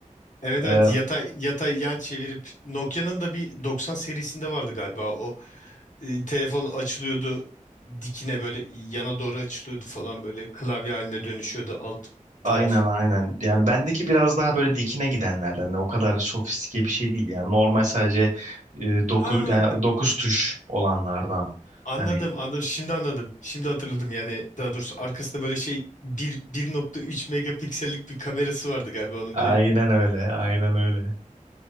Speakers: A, on the left; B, on the right.
A: Evet
B: Ee,
A: evet yatay yatay yan çevirip Nokia'nın da bir 90 serisinde vardı galiba o. e, telefon açılıyordu dikine böyle yana doğru açılıyordu falan böyle klavye haline dönüşüyordu alt taraf.
B: Aynen aynen. Yani bendeki biraz daha böyle dikine gidenlerden. Hani o kadar sofistike bir şey değil. Yani normal sadece e, doku,
A: Ha
B: yani dokuz tuş olanlardan.
A: anladım
B: Hani
A: anladım şimdi anladım şimdi hatırladım yani daha doğrusu arkasında böyle şey bir- bir nokta üç megapiksellik bir kamerası vardı galiba onun
B: aynen
A: böyle
B: öyle. Aynen öyle.